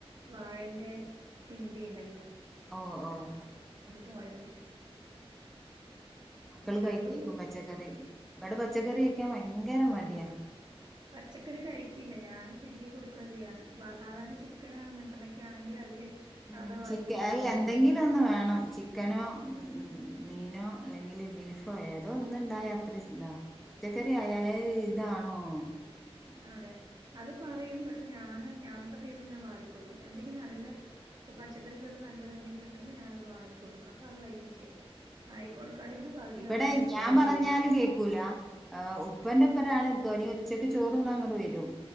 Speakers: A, on the right; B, in the centre.
A: വാഴന്റെ പിണ്ടിണ്ടല്ലോ
B: ഓ ഓഹ്
A: തോരൻവെക്കണം
B: മക്കൾ കഴിക്കിക്കും
A: രണ്ടും
B: പച്ചക്കറി ഇവിടെ പച്ചക്കറി ഭയങ്കര മടിയാ
A: പച്ചക്കറി
B: പിന്നെ
A: കഴിക്കില്ല ഞാന് തിരികി കൊടുക്കുക ചെയ്യാം സാധാരണ
B: ഉം
A: ചിക്കൻ മട്ടൺ ഒക്കെ ആണെങ്കിൽ അവര്
B: ഉം
A: സാധാ വാരി
B: ചിക്ക്
A: കഴിക്കും
B: അല്ല എന്തെങ്കിലും ഒന്ന് വേണം ചിക്കനോ ഉം ഉം മീനോ അല്ലെങ്കില് ബീഫോ ഏതോ ഒന്നു ഇണ്ടായ അത്രയും ഇതാ പച്ചക്കറി ആയാലേ ഇതാണോ അങ്ങനെ
A: അതെ
B: ചോദ്യ
A: അത് പറയും പക്ഷെ ഞാന് ഞാൻ അന്നത്തെ ദിവസം ഞാൻ വാരികൊടുക്കും എന്തെങ്കിലും നല്ല
B: ഉം
A: പച്ചക്കറികളിൽ നല്ലത് എന്തെങ്കിലും കിട്ടുമ്പോൾ ഞാൻ അത് വാരികൊടുക്കും അപ്പൊ അത് വയറ്റിൽ ചെല്ലും വാരി
B: ആ
A: കൊടുക്കാണ്ടിരുന്ന പകുതി
B: ഇവിടെ
A: അവിടെ ബാക്കി
B: ഞാൻ
A: വെച്ചിട്ട്
B: പറഞ്ഞാല്
A: പോകും
B: കേക്കൂല ഏഹ് ഉ ഉപ്പന്റെപ്പരാണ് <unintelligible> ഉച്ചയ്ക്ക് ചോറുണ്ണാൻ അങ്ങൊട് വരും